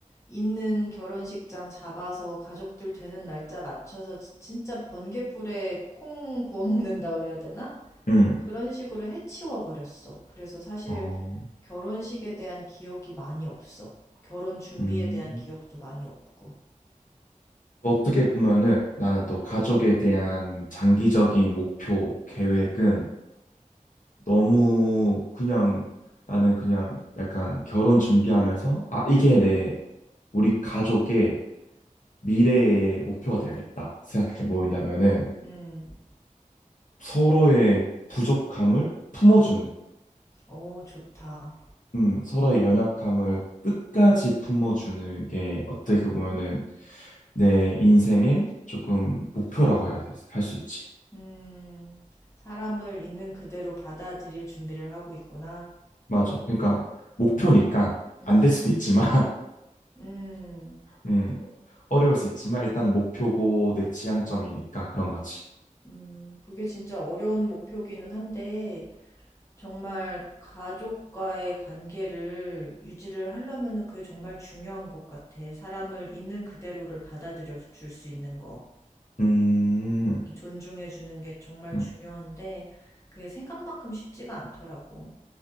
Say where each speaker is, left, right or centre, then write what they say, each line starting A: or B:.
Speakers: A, on the left; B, on the left.
A: 있는 결혼식장 잡아서 가족들 되는 날짜 맞춰서 지- 진짜 번개불에 콩 구워 먹는다 그래야 되나?
B: 응.
A: 그런 식으로 해치워 버렸어. 그래서 사실
B: 어,
A: 결혼식에 대한 기억이 많이 없어. 결혼 준비에
B: 음.
A: 대한 기억도 많이 없고.
B: 또 어떻게 보면은 나는 또 가족에 대한 장기적인 목표, 계획은
A: 음,
B: 너무 그냥 나는 그냥 약간 결혼 준비하면서 아, 이게 내 우리 가족의 미래의 목표가 돼야겠다 생각한 게 뭐였냐면은
A: 음,
B: 서로의 부족함을 품어주는
A: 오, 좋다.
B: 음, 서로의 연약함을 끝까지 품어주는 게 어떻게 보면은 내 인생의 조금 목표라고 해야 돼, 할 수 있지.
A: 음, 사람을 있는 그대로 받아들일 준비를 하고 있구나.
B: 맞아. 그러니까 목표니까
A: 음,
B: 안 될 수도 있지만, <laughs>
A: 음,
B: 음, 어려울
A: 그래,
B: 수 있지만 일단은 목표고 내 지향점이니까 그런 거지.
A: 음, 그게 진짜 어려운 목표기는 한데, 정말 가족과의 관계를 유지를 하려면은 그게 정말 중요한 것 같아. 사람을 있는 그대로를 받아들여 줄 수 있는 거.
B: 음,
A: 존중해 주는 게 정말
B: 음,
A: 중요한데, 그게 생각만큼 쉽지가 않더라고.